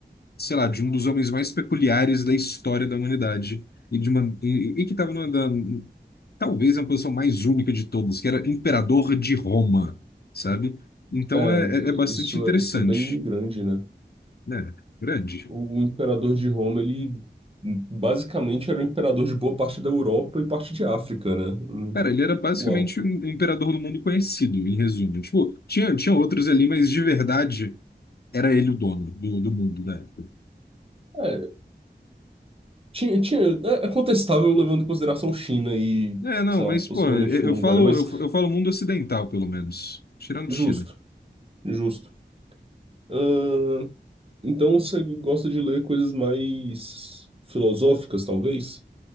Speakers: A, on the left; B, on the right.
A: sei lá, de um dos homens mais peculiares da história da humanidade e de uma e, e que estava numa da, talvez a posição mais única de todos, que era imperador de Roma, sabe? Então
B: É,
A: é, é,
B: i-
A: é bastante
B: isso,
A: interessante,
B: isso é bem grande, né?
A: né? Grande.
B: O, o imperador de Roma, ele hum, basicamente era o imperador de boa parte da Europa e parte de África, né? Hum,
A: Cara, ele era basicamente
B: Uau.
A: um um imperador do mundo conhecido, em resumo. Tipo, tinha, tinha outros ali, mas de verdade era ele o dono do, do mundo da época.
B: É, Tinha, tinha, é é contestável levando em consideração China e,
A: É, não,
B: sei
A: mas,
B: lá, possivelmente
A: pô, eu,
B: Mongólia,
A: eu falo,
B: mas
A: eu, eu falo mundo ocidental, pelo menos. Tirando
B: justo,
A: China.
B: justo. Ahn, então você gosta de ler coisas mais filosóficas, talvez?